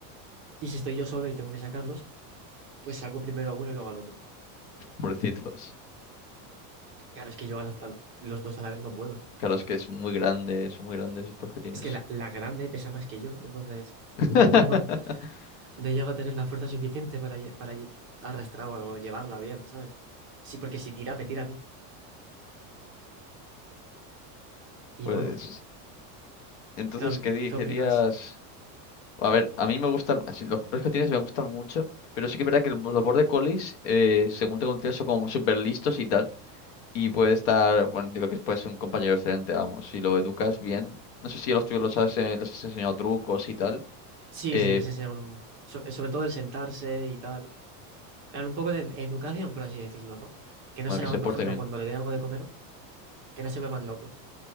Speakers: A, on the right (about 25°); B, on the left (about 50°).
A: Y si estoy yo solo y tengo que sacarlos, pues saco primero a uno y luego al otro.
B: pobrecitos.
A: Claro, es que yo a las- a los dos a la vez no puedo.
B: Claro, es que es muy grande, son muy grandes los perros que tienes.
A: Es que la, la grande pesa más que yo, entonces
B: <laughs>
A: no, no, no- no llego a tener la fuerza suficiente para, lle- para lle- arrastrar o llevarla bien, ¿sabes? Sí, porque si tira, me tira a mí. Y
B: Pues
A: bueno,
B: entonces
A: Fran,
B: querí-
A: ¿qué
B: querías...
A: opinas?
B: A ver, a mí me gustan, así, los colores que tienes me gustan mucho, pero sí que es verdad que los los border collies, eh, según tengo entendido, son como súper listos y tal, y puede estar, bueno, yo creo que puede ser un compañero excelente, vamos, si lo educas bien. No sé si a los tuyos los has, eh, les has enseñado trucos y tal,
A: Sí,
B: eh,
A: sí, les enseñan un- sobre, sobre todo el sentarse y tal. Dan un poco de educación, por así decirlo, ¿no? Que no
B: bueno,
A: sean,
B: que se porte
A: por ejemplo,
B: bien.
A: cuando le dé algo de comer, que no se vuelvan locos,